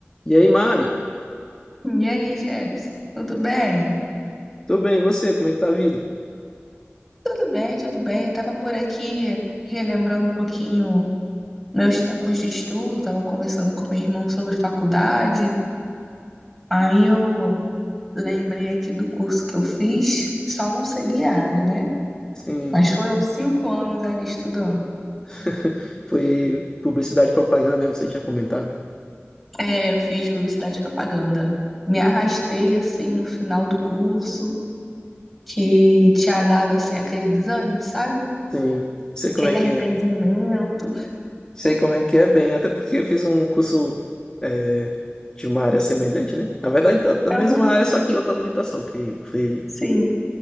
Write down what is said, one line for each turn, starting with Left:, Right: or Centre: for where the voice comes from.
Left: E aí, Mari?
Centre: E aí, Jefferson, tudo bem?
Left: Tudo bem, e você? Como é que tá a vida?
Centre: Tudo bem, tudo bem. Eu tava por aqui relembrando um pouquinho meus tempos de estudo, tava conversando com meu irmão sobre faculdade. Aí eu lembrei aqui do curso que eu fiz, só não segui a área, né?
Left: Sim,
Centre: Mas foram cinco anos ali estudando.
Left: <laughs> foi publicidade e propaganda, né? Você tinha comentado.
Centre: É, eu fiz publicidade e propaganda. Me arrastei assim no final do curso, que tinha dado assim aquele desânimo, sabe?
Left: Sim, sei como
Centre: Aquele
Left: é que
Centre: arrependimento.
Left: é. Sei como é que é bem, até porque eu fiz um curso é, de uma área semelhante, né? Na verdade, da, da
Centre: Aham,
Left: mesma área, só que em outra habilitação, que foi
Centre: Sim.